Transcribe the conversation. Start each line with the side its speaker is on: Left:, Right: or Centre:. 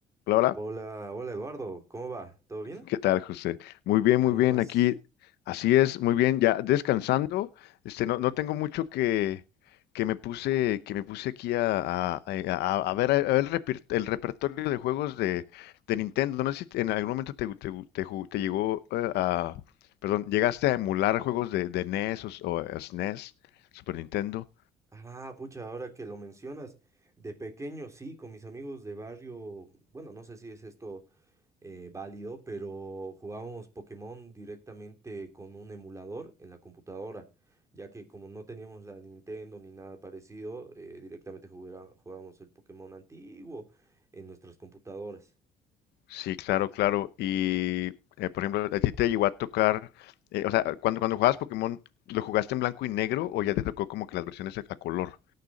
Left: Hola, hola.
Right: Hola, hola Eduardo, ¿cómo va? ¿Todo bien?
Left: ¿Qué tal, José? Muy bien,
Right: Ahí
Left: muy bien.
Right: nomás.
Left: Aquí, así es, muy bien. Ya descansando. Este, no, no tengo mucho que, que me puse, que me puse aquí a, a, a- a- a ver, a ver el, reper- el repertorio de juegos de, de Nintendo. No sé si en algún momento te, te, te ju- te llegó eh, a, perdón, llegaste a emular juegos de, de NES o, o SNES, Super Nintendo.
Right: Ah, pucha, ahora que lo mencionas, de pequeño sí, con mis amigos de barrio, bueno, no sé si es esto eh, válido, pero jugábamos Pokémon directamente con un emulador en la computadora, ya que como no teníamos la Nintendo ni nada parecido, eh, directamente juguera- jugábamos el Pokémon antiguo en nuestras computadoras.
Left: Sí, claro, claro. Y, eh, por ejemplo, ¿a ti te llegó a tocar, eh, o sea, cuando, cuando jugabas Pokémon, ¿lo jugaste en blanco y negro o ya te tocó como que las versiones a, a color?